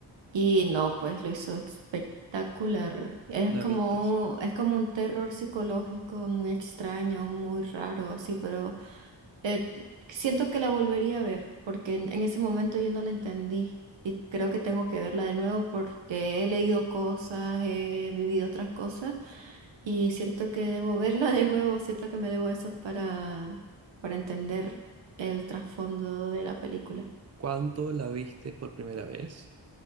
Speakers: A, on the right (about 85°); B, on the right (about 35°).
A: Y no, pues lo hizo espectacular. Es
B: No
A: como,
B: he visto eso.
A: es como un terror psicológico muy extraño, muy raro, así, pero eh, siento que la volvería a ver, porque en, en ese momento yo no la entendí. Y creo que tengo que verla de nuevo porque he leído cosas, he vivido otras cosas, y siento que debo verla de nuevo, siento que me debo eso para, para entender el trasfondo de la película.
B: ¿Cuándo la viste por primera vez?